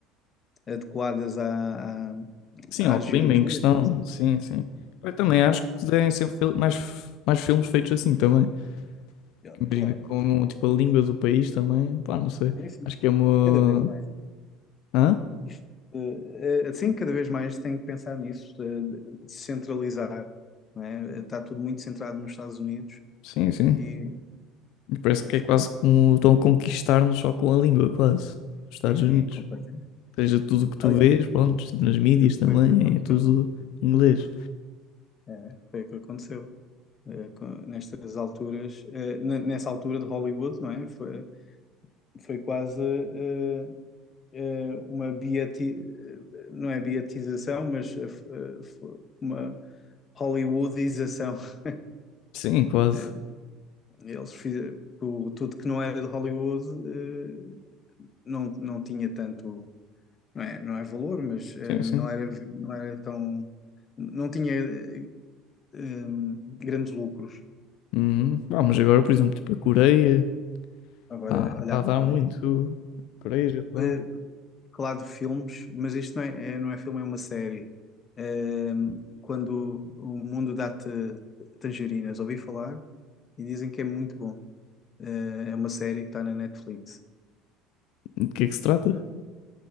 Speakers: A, on the left; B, on the left.
A: eh, adequadas à, à-
B: Sim,
A: À
B: ó, O
A: geografia?
B: clima em questão.
A: do-
B: Sim, sim. Eu também acho que devem ser fil- mais, f- mais filmes feitos assim também. Porque
A: Ah,
B: Imagina,
A: Claro.
B: como tipo a língua do país também. Pá, não sei.
A: Sim, sim,
B: Acho
A: sim.
B: que é uma.
A: Cada vez mais.
B: Hã?
A: Isto, eh, eh, sim, cada vez mais tem que pensar nisso, de, de- de centralizar, não é? Está tudo muito centrado nos Estados Unidos
B: Sim, sim.
A: e
B: Parece que
A: acho
B: é quase
A: que,
B: como estão a conquistar-nos só com a língua, quase. Os Estados
A: enfim,
B: Unidos.
A: completamente.
B: Ou seja, tudo o que tu
A: Aliás,
B: vês, pronto, tipo nas mídias também,
A: foi, foi o que aconteceu,
B: é tudo
A: não é?
B: inglês.
A: É, foi o que aconteceu. Eh, com- nestas alturas, eh, n- nessa altura de Hollywood, não é? Foi, foi quase eh, eh, uma beati, eh, não é beatização, mas eh, eh, uma Hollywoodização. <laughs>
B: Sim, quase.
A: Eh, Eles fizeram o- tudo que não era de Hollywood eh, não, não tinha tanto, não é, não é valor, mas eh,
B: Sim, sim.
A: não era, não era tão, não tinha eh, eh, grandes lucros.
B: Uhum. Ah, mas agora, por exemplo, tipo a Coreia,
A: Agora,
B: pá,
A: olha
B: tá
A: a
B: a dar
A: Coreia.
B: muito. Coreia, Japão.
A: Eh, falar de filmes, mas isto não é, é- não é filme, é uma série. Ahm, quando o mundo dá-te tangerinas, ouvi falar e dizem que é muito bom. Ah, é uma série que está na Netflix.
B: De que é que se trata?